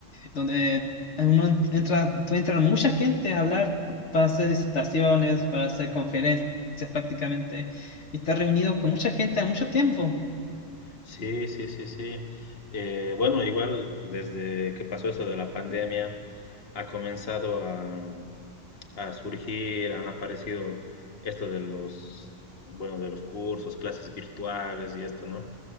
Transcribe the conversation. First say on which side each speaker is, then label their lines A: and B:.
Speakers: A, on the left (about 65°); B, on the left (about 50°).
A: donde uno en- entra, tú entra mucha gente a hablar para hacer disertaciones, para hacer conferencias prácticamente, y estás reunido con mucha gente a mucho tiempo.
B: Sí, sí, sí, sí. Eh, bueno, igual desde que pasó eso de la pandemia, ha comenzado a, a surgir, han aparecido esto de los, bueno, de los cursos, clases virtuales y esto, ¿no?